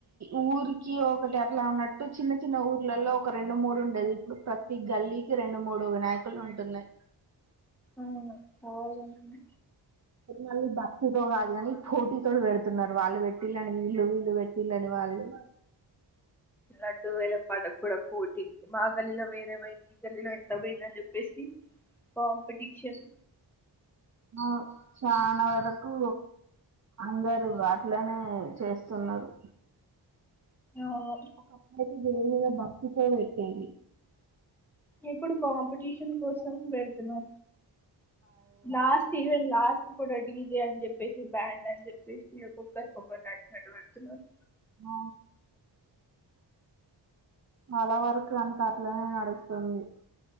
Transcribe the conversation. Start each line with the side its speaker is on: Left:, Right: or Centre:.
Right: ఊరికి ఒకటి అట్లా ఉన్నట్టు చిన్న చిన్న ఊర్లలో ఒక రెండు మూడు ఉండేది ఇప్పుడు ప్రతి గల్లీకి రెండు మూడు వినాయకులు ఉంటున్నాయి
Centre: అవు అజంట
Right: మళ్ళీ బక్తితో కాదు కాని పోటీ తో పెడుతున్నారు వాళ్ళు పెట్టిళ్ళని వీళ్ళు వీళ్ళు పెట్టిళ్ళని వాళ్ళు
Centre: రెండు వేలం పాటకు కూడా పోటీంది మా గల్లీలో వేరే పోయింది ఈ గల్లీలో ఎంత పోయింద అని చెప్పేసి కాంపిటీషన్
Right: హమ్ చాాలా వరకు అందరుూ అట్లోనే చేస్తున్నారు
Centre: అవును
Right: ఒకప్పుడు దేవి మీద భక్తి తో త
Centre: ఇప్పుడు కాంపిటీషన్ కోసం పెడత లాస్ట్ ఈవెంట్ లాస్ట్ డీజే అని చెప్పేసి బ్యాండ్ అని చెప్పేసి ఒొక్కరి ఒక్కరుచినట్టు పెడుతున్నారూ
Right: ఆ చాలా వరకు అంతా అట్లనే నడుస్తుంది